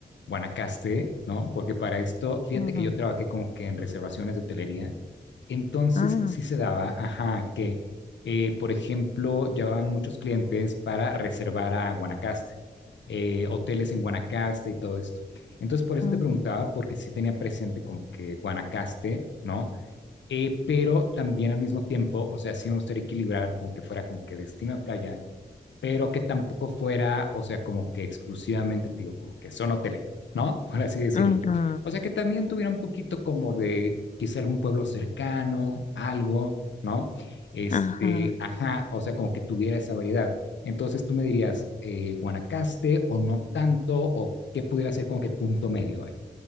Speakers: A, on the left; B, on the left.
A: Guanacaste, ¿no? Porque para esto, fíjate
B: Ujú,
A: que yo trabajé como que en reservaciones de hotelería, entonces
B: ah,
A: sí se daba, ajá, que, eh, por ejemplo, llevaban muchos clientes para reservar a Guanacaste, eh, hoteles en Guanacaste y todo esto. Entonces, por eso
B: ujú,
A: te preguntaba, porque sí tenía presente como que Guanacaste, ¿no? eh, pero también al mismo tiempo, o sea, sí me gustaría equilibrar como que fuera como que destino de playa, pero que tampoco fuera, o sea, como que exclusivamente, te digo, como que son hoteleros, ¿no? <laughs> Por así decirlo.
B: ujú,
A: O sea, que también tuviera un poquito como de quizá algún pueblo cercano, algo, ¿no? Este,
B: ajá.
A: ajá, o sea, como que tuviera esa variedad. Entonces tú me dirías, eh, Guanacaste o no tanto, o qué pudiera ser como que punto medio ahí.